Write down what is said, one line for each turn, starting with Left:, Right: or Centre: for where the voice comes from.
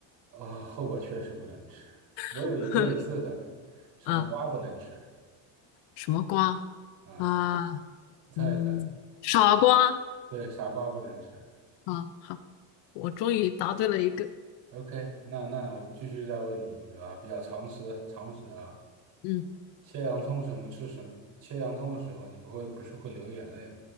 Right: 哦，后果确实不能吃。我有一个类似的，
Left: <laughs>
Right: 什么瓜不能吃
Left: 啊？什么瓜
Right: 啊？
Left: 啊？
Right: 你猜一猜。
Left: 嗯傻瓜
Right: 对，傻瓜不能吃。
Left: 啊，好，我终于答对了一个，
Right: OK，那那我继续再问你一个啊，比较常识常识啊，
Left: 嗯
Right: 切洋葱什么吃什么切洋葱的时候，你不会不是会流眼泪吗？